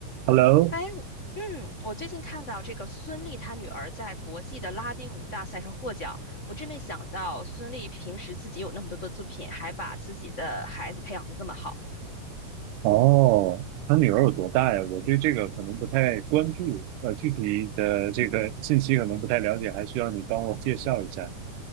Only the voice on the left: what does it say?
哎，我嗯，我最近看到这个孙俪她女儿在国际的拉丁舞大赛上获奖，我真没想到孙俪平时自己有那么多的作品，还把自己的孩子培养的这么好。